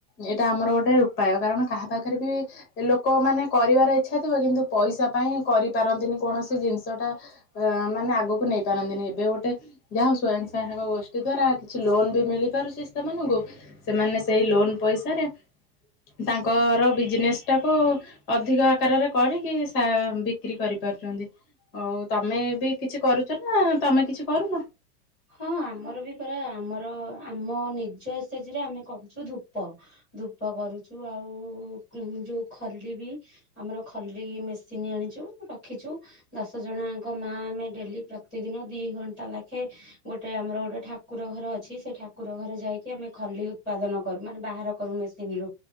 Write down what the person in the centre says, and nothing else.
ହଁ ଆମର ବି ପରା ଆମର ଆମ ନିଜ ଏସେ ଜି ରେ ଆମେ କରୁଛୁ ଧୂପ। ଧୂପ କରୁଚୁ ଆଉ ଯୋଉ ଖଲି ବି। ଆମର ଖଲି ମେସିନ୍ ଆଣିଚୁ ରଖିଚୁ। ଦଶ ଜଣଆଙ୍କ ମା ଆମେ ଡେଲି ପ୍ରତିଦିନ ଦି ଘଣ୍ଟା ଲାଖେ ଗୋଟେ ଆମର ଗୋଟେ ଠାକୁର ଘର ଅଛି ସେ ଠାକୁର ଘର ଯାଇକି ଆମେ ଖଲି ଉତ୍ପାଦନ କରୁ ମାନେ ବାହାର କରୁ ମେସିନ ରୁ